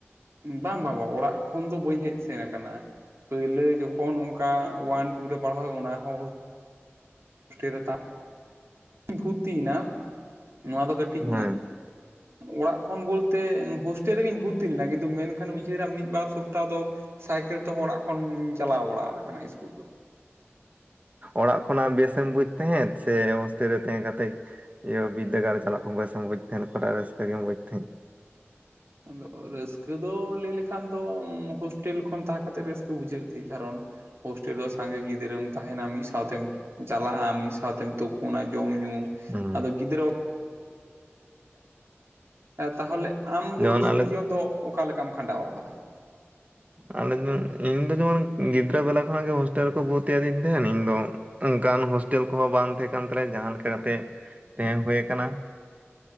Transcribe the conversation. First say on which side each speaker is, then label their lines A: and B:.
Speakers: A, on the right; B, on the right.
A: ᱵᱟᱝ ᱵᱟᱝ ᱵᱟᱝ ᱚᱲᱟᱜ ᱠᱷᱚᱱ ᱫᱚ ᱵᱟᱹᱧ ᱦᱮᱡ ᱥᱮᱱ ᱟᱠᱟᱱᱟ ᱯᱩᱭᱞᱩ ᱡᱚᱠᱷᱚᱱ ᱚᱱᱠᱟ ᱣᱟᱱ ᱴᱩ ᱨᱮ ᱯᱟᱲᱦᱟᱣ ᱦᱩᱭᱩᱜ ᱚᱱᱟ ᱦᱚᱸ ᱦᱩᱭᱩᱜᱼᱟ ᱦᱳᱥᱴᱮᱞ ᱨᱮ ᱛᱟ <unintelligible> ᱵᱷᱩᱨᱛᱤᱭᱮᱱᱟ᱾ ᱱᱚᱣᱟ ᱫᱚ ᱠᱟᱹᱴᱤᱡ
B: ᱦᱮᱸ
A: ᱚᱲᱟᱜ ᱠᱷᱚᱱ ᱵᱚᱞᱛᱮ ᱦᱳᱥᱴᱮᱞ ᱨᱮᱜᱤᱧ ᱵᱷᱩᱨᱛᱤ ᱞᱮᱱᱟ ᱠᱤᱱᱛᱩ ᱢᱮᱱᱠᱷᱟᱱ ᱩᱭᱦᱟᱹᱨᱟ ᱢᱤᱫ ᱵᱟᱨ ᱥᱚᱯᱛᱟᱦ ᱫᱚ ᱥᱟᱭᱠᱮᱞ ᱛᱮᱦᱚᱸ ᱚᱲᱟᱜ ᱠᱷᱚᱱᱤᱧ ᱪᱟᱞᱟᱣ ᱵᱟᱲᱟ ᱠᱟᱱᱟ ᱥᱠᱩᱞ ᱫᱚ
B: ᱚᱲᱟᱜ ᱠᱷᱚᱱᱟᱜ ᱵᱮᱥᱢ ᱵᱩᱡ ᱛᱟᱦᱮᱸᱫ ᱥᱮ ᱦᱳᱥᱴᱮᱞ ᱨᱮ ᱛᱟᱦᱮᱸ ᱠᱟᱛᱮᱫ ᱤᱭᱟᱹ ᱵᱤᱨᱫᱟᱹᱜᱟᱲ ᱨᱮ ᱪᱟᱞᱟᱜ ᱠᱚ ᱵᱮᱥᱮ ᱵᱩᱡᱽ ᱛᱟᱦᱮᱸᱫ ᱚᱠᱟ ᱨᱟᱹᱥᱠᱟᱹ ᱜᱮᱢ ᱵᱩᱡᱽ ᱛᱟᱦᱮᱸᱫ
A: ᱟᱫᱚ ᱨᱟᱹᱥᱠᱟᱹ ᱫᱚ ᱞᱟᱹᱭ ᱞᱮᱠᱷᱟᱱ ᱫᱚ ᱦᱳᱥᱴᱮᱞ ᱠᱷᱚᱱ ᱛᱟᱦᱮᱸ ᱠᱟᱛᱮᱫ ᱨᱟᱹᱥᱠᱟᱹ ᱵᱩᱡᱷᱟᱹᱜ ᱛᱮ ᱠᱟᱨᱚᱱ ᱦᱳᱥᱴᱮᱞ ᱫᱚ ᱥᱟᱸᱜᱮ ᱜᱤᱫᱽᱨᱟᱹᱢ ᱛᱟᱦᱮᱱᱟ ᱢᱤᱫ ᱥᱟᱶᱛᱮᱢ ᱪᱟᱞᱟᱜᱼᱟᱢ ᱢᱤᱫ ᱥᱟᱶᱛᱮᱢ ᱛᱩᱯᱩᱱᱟ ᱡᱚᱢ ᱧᱩ
B: ᱦᱩᱸ
A: ᱟᱫᱚ ᱜᱤᱫᱽᱨᱟᱹ ᱛᱟᱦᱚᱞᱮ ᱟᱢ ᱫᱚ
B: ᱡᱮᱢᱚᱱ
A: ᱤᱥᱠᱩᱞ
B: ᱟᱞᱮ
A: ᱡᱤᱭᱚᱱ ᱫᱚ ᱚᱠᱟ ᱞᱮᱠᱟᱢ ᱠᱷᱟᱸᱰᱟᱣ ᱟᱠᱟᱫᱟ
B: ᱟᱞᱮ ᱤᱧ ᱫᱚ ᱡᱮᱢᱚᱱ ᱜᱤᱫᱽᱨᱟᱹ ᱵᱮᱞᱟ ᱠᱷᱚᱱᱟᱜ ᱜᱮ ᱦᱳᱥᱴᱮᱞ ᱰᱷᱟᱨᱛᱤ ᱠᱟᱫᱤᱱ ᱛᱟᱦᱮᱱ ᱤᱧ ᱫᱚ ᱚᱱᱠᱟᱱ ᱦᱳᱥᱴᱮᱞ ᱠᱚᱦᱚᱸ ᱵᱟᱝ ᱛᱟᱦᱮᱸ ᱠᱟᱱ ᱛᱟᱞᱮᱭᱟ ᱡᱟᱦᱟᱸ ᱞᱮᱠᱟ ᱠᱟᱛᱮᱜ ᱛᱟᱦᱮᱸ ᱦᱩᱭ ᱟᱠᱟᱱᱟ